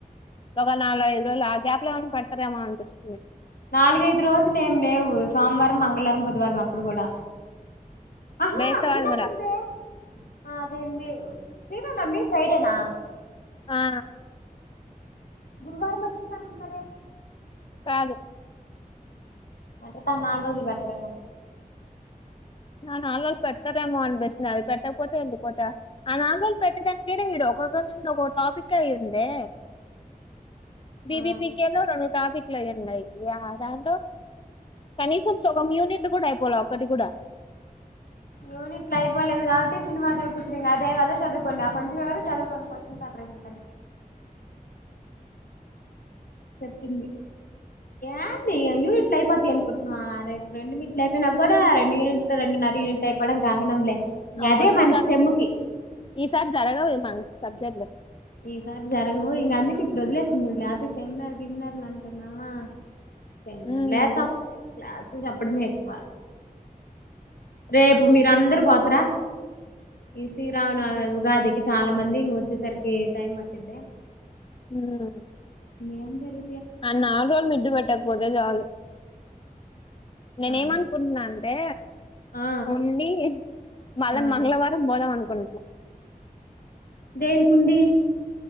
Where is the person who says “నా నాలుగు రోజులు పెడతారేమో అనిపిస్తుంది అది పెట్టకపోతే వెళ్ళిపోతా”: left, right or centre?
Left